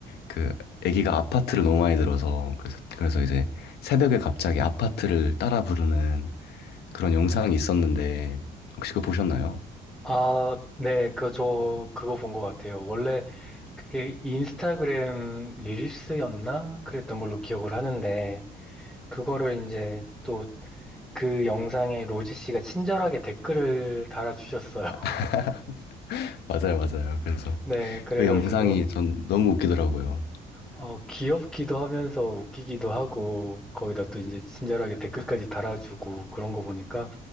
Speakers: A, on the left; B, in the centre.
A: 그 애기가 아파트를 너무 많이 들어서 그래서, 그래서 이제 새벽에 갑자기 아파트를 따라 부르는 그런 영상이 있었는데 혹시 그거 보셨나요?
B: 아, 네, 그, 저, 그거 본 것 같아요. 원래 그게 인스타그램 릴스였나? 그랬던 걸로 기억을 하는데, 그거를 이제 또 그 영상에 로지 씨가 친절하게 댓글을 달아주셨어요.
A: <laughs>
B: <laughs>
A: 맞아요, 맞아요. 그래서.
B: 네, 그래가지고,
A: 그 영상이 전 너무 웃기더라고요.
B: 어, 귀엽기도 하면서 웃기기도 하고, 거기다 또 이제 친절하게 댓글까지 달아주고 그런 거 보니까